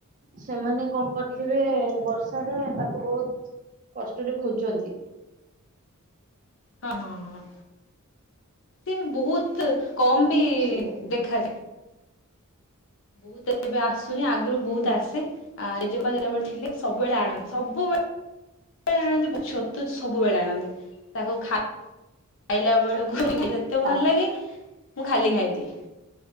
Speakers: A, on the right; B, on the left.
A: ସେମାନେ କଣ କରିଥିବେ
B: ଆଜ୍ଞା
A: ବର୍ଷା ତାକୁ ବହୁତ କଷ୍ଟରେ ଖୋଜଛନ୍ତି।
B: ହଁ ହଁ ହଁ। ସେ ବହୁତ କମ
A: ତ
B: ବି
A: ସେଇଟାକୁ
B: ଦେଖାଯାଏ। ବହୁତ ଏବେ ଆସୁନି ଆଗରୁ ବହୁତ
A: ହୁଁ
B: ଆସେ। ଆ ଏଜେବା ଯେତେବେଳେ ଥିଲେ ସବୁବେଳେ ଆଣନ୍ତି ସବୁବେଳେବବେଳେ ଆଣନ୍ତି ତୁ ସବୁବେଳେ ଆଣନ୍ତିେ ତାକୁ ଖାଇ ଖାଇଲା ବେଳକୁ ଏତେ
A: ତା
B: ଭଲ ଲାଗେ ମୁଁ ଖାଲି ଖାଇଦିଏ।